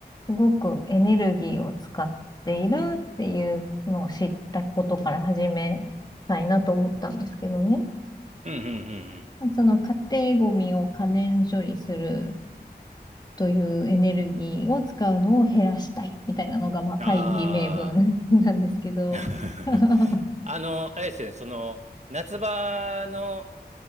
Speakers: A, on the left; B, on the right.
A: すごくエネルギーを使っているっていうのを知ったことから始めたいなと思ったんですけどね。
B: うんうんうんうん。
A: その家庭ゴミを可燃処理するというエネルギーを使うのを減らしたいみたいなのが、まあ大義名分
B: ああ。
A: <laughs> なんですけど。
B: <laughs>
A: <laughs>
B: あの、あれですよね、その、夏場の、